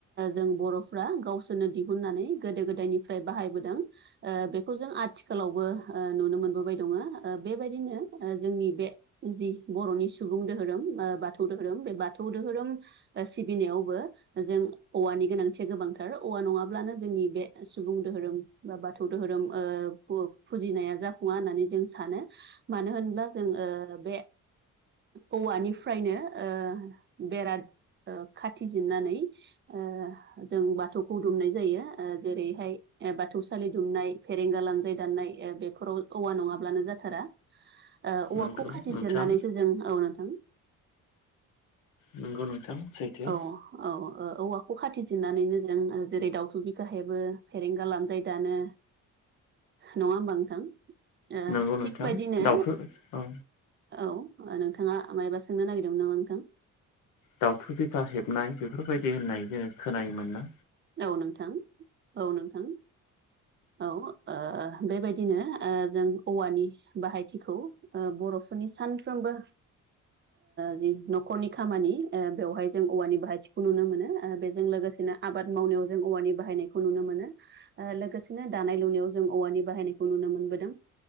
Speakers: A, on the right; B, on the left.
A: जों बर'फ्रा गावसोरनो दिहुननानै गोदो गोदायनिफ्राय बाहायबोदों बेखौ जों आथिखालावबो नुनो मोनबोबाय दङ। बेबायदिनो जोंनि बे जि बर'नि सुबुं दोहोरोम बाथौ दोहोरोम बे बाथौ दोहोरोम सिबिनायावबो जों औवानि गोनांथिया गोबांथार औवा नङाब्लानो जोंनि बे सुबुं दोहोरोम बा बाथौ दोहोरोम फुजिनाया जाफुङा होननानै जों सानो। मानो होनब्ला जों बे औवानिफ्रायनो बेरा खाथि जिरनानै ओ जों बाथौखौ दुमनाय जायो जेरैहाय बाथौसालि दुमनाय फेरेंगा लानजाय दाननाय बे बेफोराव औवा नङाब्लानो जाथारा औवाखौ
B: नंगौ
A: खाथि
B: नोंथां
A: जिरनानैसो जों औ नोंथां
B: नंगौ नोंथां सैथो
A: औ औ औवाखौ खाथि जिरनानैनो जों जेरै, दाउथु बिख हेबो, फेरेंगा लानजायो दानो नङा होमबाथ नोंथांओ
B: नंगौ नोंथां
A: थिग बायदिनो
B: दाउथु औ
A: औ नोंथाङा मायबा सोंनो नागिरदोंमोन नामा नोंथां?
B: दाावथु बिखा हेबनाय बेफोरबायदि होननाय जोङो खोनायोमोना
A: औ नोंथां औ नोंथां। औओ बेबायदिनो ओ जों औवानि बाहायथिखौ बर'फोरनि सानफ्रोमबो जि न'खरनि खामानि बेवहाय जों औवानि बाहायथिखौ नुनो मोनो। बेजों लोगोसे आबाद मावनायाव जों औवानि बाहायनायखौ नुनो मोनो। लोगोसेनो दानाय -लुनायाव जों औवानि बाहायनायखौ नुनो मोनबोदों।